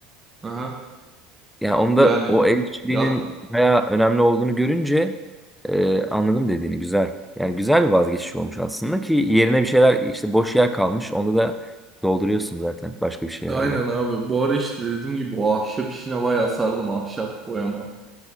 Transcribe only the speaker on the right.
Aha.
Yani
yat,
aynen abi bu ara işte dediğim gibi o ahşap işine bayağı sardım ahşap boyama.